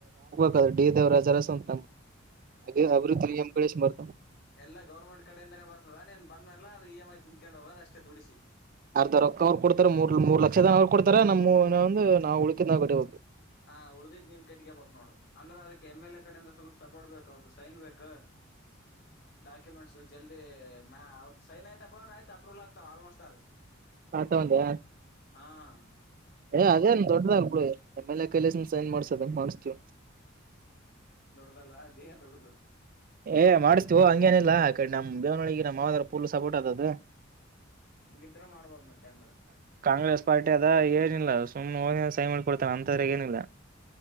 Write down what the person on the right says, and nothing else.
<unintelligible> ಬಡ್ಡಿ ದೇವ್ರರ ಜರ ಅಂತ ಅ ಅವೃತ್ರಿ ಎಂ ಗಣೇಶ್ ಮಾಡ್ತ
ಅರ್ಧ ರೊಕ್ಕ ಅವ್ರು ಕೊಡ್ತಾರೆ ಮೂರ್ ಮೂರ್ ಲಕ್ಷದನ ಅವ್ರು ಕೊಡ್ತಾರ ನಮ್ಮ ಹು ನಾ ಉಳುಕಿದ್ದು ನಾವು ಕಟ್ಟಬೇಕು
ಹಾ ತೊಂಡೆ
ಏ ಅದೇನ್ ದೊಡ್ಡದಲ್ ಬಿಡು ಆಮೇಲೆ ಕೈಲಸನ್ ಸೈನ್ ಮಾಡುಸ್ದಂಗೆ ಮಾಡಿಸ್ತೀಯಾ
ಏ್ ಮಾಡಿಸ್ತೀವೋ ಹಂಗೇನಿಲ್ಲ ಆ ಕಡೆ ನಮ್ ದೇವನೊಳಿಗೆ ನಮ್ಮ ಯಾವದ್ರ ಪೂರ್ ಸಪೋರ್ಟ್ ಆದಧು
ಕಾಂಗ್ರೆಸ್ ಪಾರ್ಟಿ ಅದ ಏನಿಲ್ಲ ಸುಮ್ನೆ ಹೋದ ಸೈ ಮಾಡ ಕೊಡ್ತಾನ ಅಂತರ ಏನಿಲ್ಲ